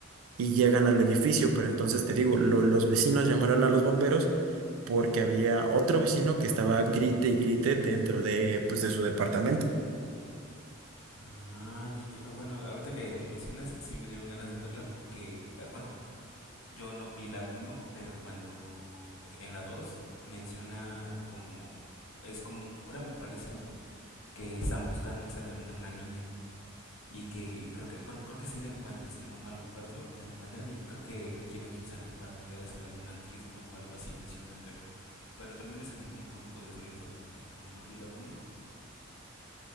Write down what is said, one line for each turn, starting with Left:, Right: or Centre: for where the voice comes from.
Right: y llegan al edificio, pero entonces te digo, lo- los vecinos llamaron a los bomberos porque había otro vecino que estaba grite y grite dentro de, pues, de su departamento.
Left: Ah, ya- ya, bueno, ahorita que lo mencionas, sí me dieron ganas de verla porque, eh, bueno, Yo no vi la uno pero cuando en la 2 menciona como, es como un cura, me parece, que están buscando exactamente a una niña y que creo que, bueno, creo que sí la encuentran, si no mal recuerdo, la encuentran y creo que requieren su sangre para poder hacer algún antídoto o algo así mencionan, pero, pero también me sentí como que un poco desorientado porque pues, como no vi la uno